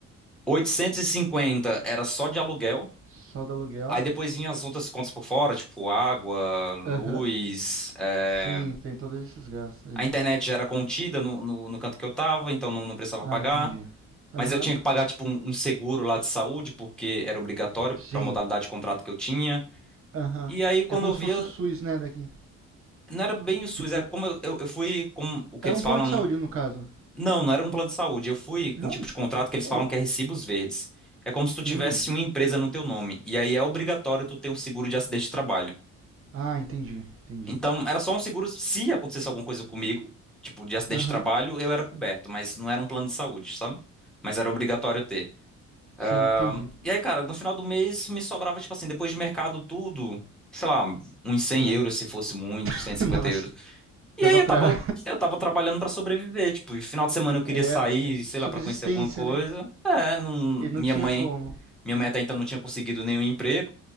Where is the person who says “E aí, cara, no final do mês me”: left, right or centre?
Centre